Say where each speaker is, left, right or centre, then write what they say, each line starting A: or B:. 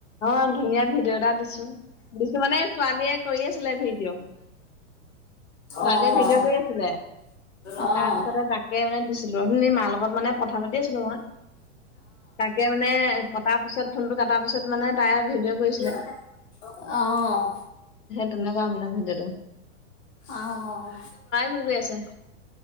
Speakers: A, on the left; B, on the left.
A: অ ধুনীয়া ভিডিঅ' এটা দিছো দিছো মানে ছোৱালীয়ে কৰি আছিলে ভিডিঅ' ছোৱালীয়ে
B: অ',
A: ভিডিঅ' কৰি আছিলে
B: অ', অ',
A: তাৰপিছতে তাকে মানে দিছিলো মা লগত মানে কথা পাতি আছিলো মই তাকে মানে কটাৰ পিছত ফোনটো কটাৰ পিছত মানে তাই ভিডিঅ' কৰিছিলে
B: কি বনাব আহ
A: কেনেকুৱা বনাইছে ভিডিঅ'
B: অহ
A: কি কৰি আছে